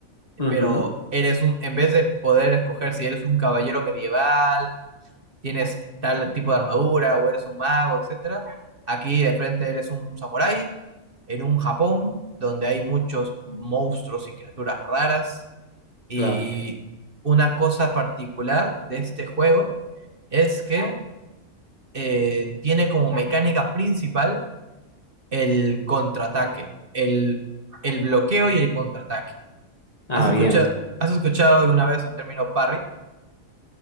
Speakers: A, on the left; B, on the right.
A: Ujú,
B: pero eres un, en vez de poder escoger si eres un caballero medieval, tienes tal tipo de armadura o eres un mago, etcétera, aquí de frente eres un samurái en un Japón donde hay muchos monstruos y criaturas raras y
A: claro.
B: una cosa particular de este juego es que eh, tiene como mecánica principal el contraataque, el, el bloqueo y el contraataque.
A: Ah,
B: ¿Has escuchado,
A: bien.
B: has escuchado alguna vez el término parry?